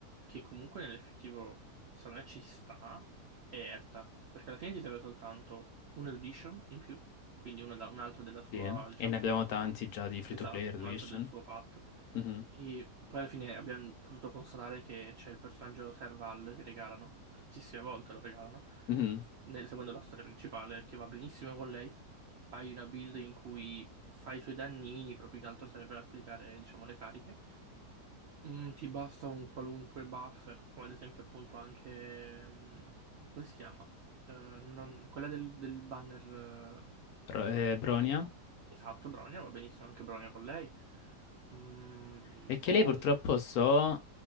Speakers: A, on the right (about 70°); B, on the left (about 70°).
A: che comunque nell'effettivo secondo me ci sta è Erta, perché alla fine ti serve soltanto un erudition in più, quindi una da- un altro della sua,
B: Sì,
A: diciamo,
B: e ne abbiamo tanti già di free
A: esatto,
B: to play Reduition.
A: un altro del suo path,
B: Mhm,
A: e poi alla fine abbiamo potuto constatare che c'è il personaggio Serval che regalano, tantissime volte lo regalano,
B: mhm.
A: nel- seguendo la storia principale, che va benissimo con lei, hai una build in cui fai i suoi dannini, proprio che altro serve per applicare, diciamo, le cariche, Mm, ti basta un qualunque buffer, come ad esempio appunto anche... mm, come si chiama? Eh, non- quella del, del banner... eh,
B: Ro- eh,
A: eh,
B: Bronia.
A: esatto, Bronia, va benissimo anche Bronia con lei. Mm,
B: E che
A: o
B: lei purtroppo
A: un-
B: so